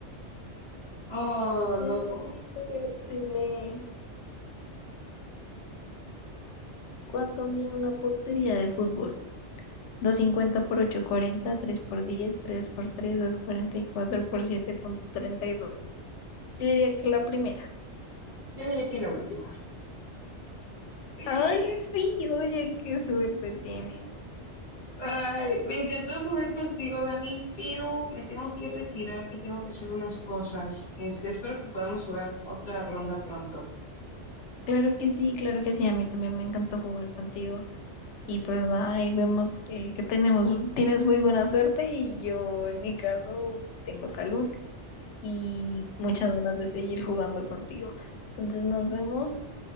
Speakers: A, on the left; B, on the left.
A: Oh,
B: Federico,
A: no.
B: ya tiene. ¿Cuánto mide una portería de fútbol? doscientos cincuenta por 840, 3 por 10, 3 por tres, doscientos cuarenta y cuatro por siete punto treinta y dos. Yo diría que la primera.
A: Yo diré que la última. Sí.
B: Ay, sí, oye, qué suerte tienes.
A: Ay, me encantó jugar contigo, Dani, pero me tengo que retirar, que tengo que hacer unas cosas. Este, espero que podamos jugar otra ronda pronto.
B: Claro que sí, claro que sí. A mí también me encantó jugar contigo. Y pues nada, ahí vemos que, que tenemos, tienes muy buena suerte y yo en mi caso tengo salud y muchas ganas de seguir jugando contigo. Entonces nos vemos